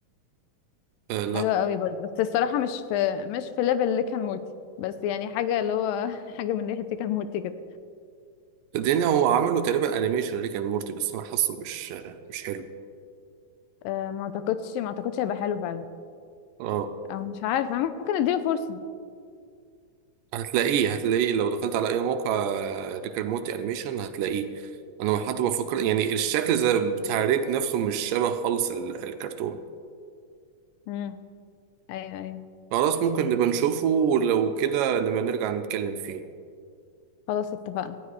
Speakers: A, on the right; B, on the left.
A: آه لا
B: حلوة قوي برضه بس الصراحة مش في مش في ليفل اللي كان مورتي بس يعني حاجة اللي هو <laughs> حاجة من ريحة كان مورتي كده
A: الدنيا هو عملوا تقريبا أنيميشن ريك أند مورتي بس أنا حاسه مش آه، مش حلو
B: أه ما اعتقدش ما اعتقدش هيبقى حلو فعلا
A: اه
B: او مش عارفة ممكن اديله فرصة
A: هتلاقيه هتلاقيه لو دخلت على أي موقع ريك أند مورتي أنيميشن هتلاقيه أنا حتى بفكر يعني الشكل زي بتاع ريك نفسه مش شبه خالص ال- الكرتون
B: امم ايوه ايوه
A: خلاص ممكن نبقى نشوفه ولو كده نبقى نرجع نتكلم فيه
B: خلاص اتفقنا